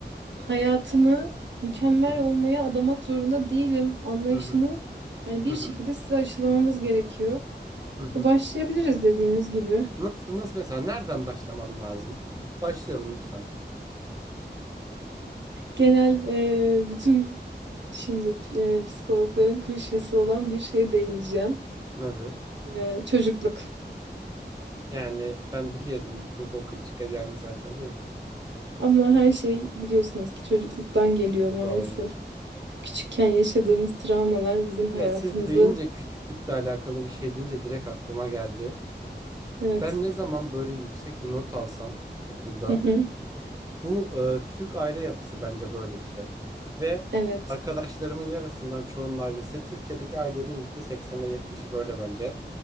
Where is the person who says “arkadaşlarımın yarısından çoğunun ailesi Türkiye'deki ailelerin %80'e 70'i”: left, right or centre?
Right